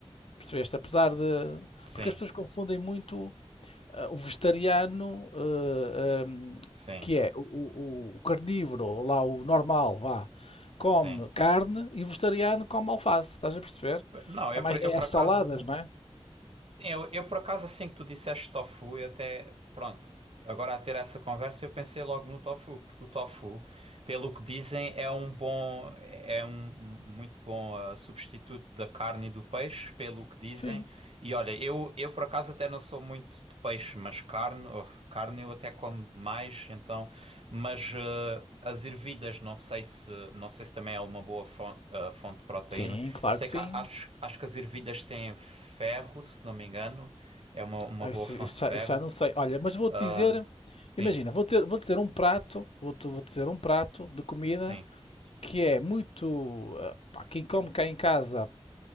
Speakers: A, on the left; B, on the right.
A: Percebeste? Apesar de.
B: sim,
A: Porque as pessoas confundem muito ah, o vegetariano, ah, ahm,
B: sim,
A: que é o, o- o carnívoro, lá o normal, vá, come
B: sim.
A: carne e o vegetariano come alface, estás a perceber?
B: Não,
A: É
B: eu,
A: mais,
B: por- eu
A: é
B: por
A: as
B: acaso.
A: saladas, não é?
B: Sim, eu, eu por acaso assim que tu disseste tofu, eu até. Pronto, agora a ter essa conversa eu pensei logo no tofu, porque o tofu, pelo que dizem, é um bom. É um um muito bom ah, substituto da carne e do peixe, pelo que dizem.
A: Sim,
B: E olha, eu, eu por acaso até não sou muito de peixe, mas carne, oh, carne eu até como demais, então. Mas eh, as ervilhas, não sei se, não sei se também é uma boa fonte, fonte de proteína.
A: sim, claro
B: Sei
A: que sim.
B: que há- acho, acho que as ervilhas têm ferro, se não me engano. É uma, uma
A: Ah,
B: boa
A: isso,
B: fonte
A: isso
B: de
A: já,
B: ferro.
A: isso já não sei. Olha, mas vou-te
B: Ahm,
A: dizer,
B: sim,
A: imagina, vou ter, vou dizer um prato, vou-te vou dizer um prato de comida
B: sim.
A: que é muito, ah, pá, quem come cá em casa